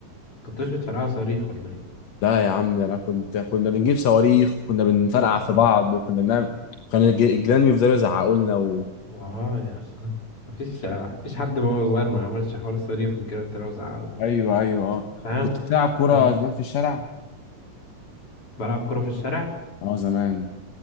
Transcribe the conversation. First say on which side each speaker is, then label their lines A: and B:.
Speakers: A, on the left; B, on the left.
A: كنتوش بتفرقعوا صواريخ ولا ايه
B: لا يا عم ده انا كنت كنا بنجيب صواريخ كنا بنفرقع في
A: اه
B: بعض وكنا بنعمل كان الج- الجيران بيفضلوا يزعقوا لنا و...
A: اه يا اخي مفيش مفيش حد وهو صغير ما عملش حوار الصواريخ والجيران تلاقوا زعقوا دي
B: ايوه ايوه اه
A: فاهم
B: كنت بتلعب كوره
A: لا
B: زمان في الشارع
A: كنت بلعب كورة في الشارع
B: اه زمان